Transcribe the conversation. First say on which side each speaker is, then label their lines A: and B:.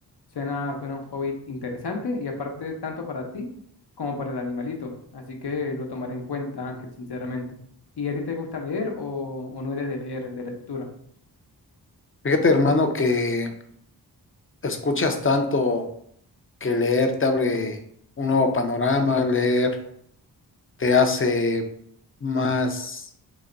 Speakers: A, on the left; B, on the left.
A: Suena, suena un hobby interesante y aparte tanto para ti como para el animalito. Así que lo tomaré en cuenta, Ángel, sinceramente. ¿Y a ti te gusta leer o, o no eres de leer, de lectura?
B: Fíjate, hermano, que escuchas tanto. que leer te abre un nuevo panorama, leer te hace más,